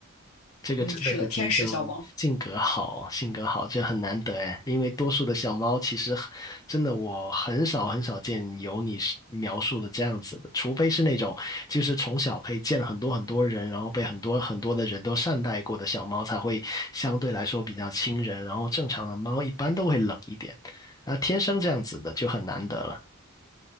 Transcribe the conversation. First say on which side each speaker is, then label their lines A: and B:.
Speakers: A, on the left (about 15°); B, on the left (about 80°).
A: 这个真的是天生
B: 嗯，是的，天使小猫。
A: 性格好，性格好，这很难得哎。因为多数的小猫其实很真的，我很少很少见有你是描述的这样子的，除非是那种就是从小可以见很多很多人，然后被很多很多的人都善待过的小猫，才会相对来说比较亲人。然后正常的猫一般都会冷一点，啊，天生这样子的就很难得了。